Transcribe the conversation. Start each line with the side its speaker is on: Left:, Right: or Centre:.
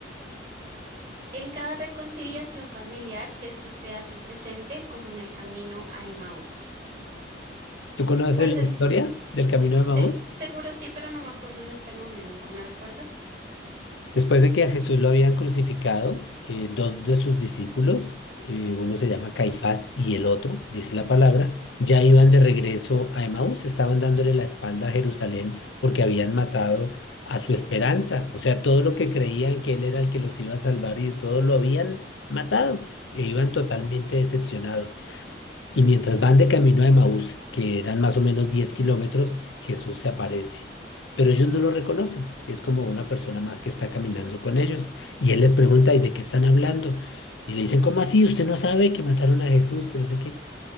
Right: en cada reconciliación familiar, Jesús se hace presente como en el camino a Emaús.
Left: ¿Tú conoces
Right: ¿Cuál es
Left: la
Right: el?
Left: historia del Camino de Maús?
Right: se- seguro sí, pero no me acuerdo en este momento. ¿Me recuerdas?
Left: Después de que a Jesús lo habían crucificado, eh, dos de sus discípulos, eh, uno se llama Caifás y el otro, dice la palabra, ya iban de regreso a Emaús, estaban dándole la espalda a Jerusalén porque habían matado a su esperanza, o sea, todo lo que creían que él era el que los iba a salvar y todo lo habían matado e iban
Right: Ujú.
Left: totalmente decepcionados. Y mientras van de camino a Emaús, que eran más o menos 10 kilómetros, Jesús se aparece. Pero ellos no lo reconocen. Es como una persona más que está caminando con ellos. Y él les pregunta, ¿y de qué están hablando? Y le dicen, ¿cómo así? ¿Usted no sabe que mataron a Jesús? Que no sé qué.